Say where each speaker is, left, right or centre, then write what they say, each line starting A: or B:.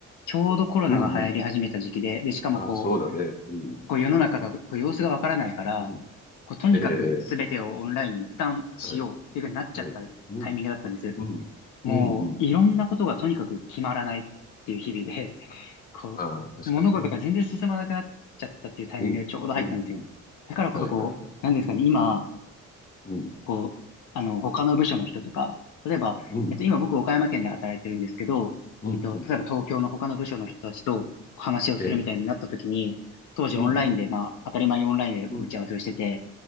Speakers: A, on the left; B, on the left.
A: ちょうどコロナが流行り始めた時期で、
B: うん、うん。
A: で、しかもこ
B: あ、そうだね。うん。
A: う、こう世の中が、こう様子がわからないから、
B: うん。
A: こうとにかく全てをオンラインに一旦しようっていうふうになっちゃったタイミングだったんです。
B: ええ、ええはい。はい。うん。うん。
A: もういろんなことがとにかく決まらないっていう日々で、
B: うん、うん。あ、
A: <laughs> こう、
B: あ、確かにね。
A: 物事が全然進まなくなっちゃったっていうタイミングでちょうど入ったんですよ。
B: うんうん、うん、うん。
A: だからこそこう、
B: はい、はい、はい。
A: なんですかね、今、
B: うん、
A: こう、あの、他の部署の人とか、例えば、
B: うん、
A: えっと、今僕岡山県で働いてるんですけど、
B: うん、
A: えっと、
B: うん。
A: 例えば東京の他の部署の人たちと話をするみたいになった時に、
B: ええ、
A: 当時オンラインで、
B: うん、
A: まあ、当たり前にオンラインで打ち合わせをしてて、
B: うん、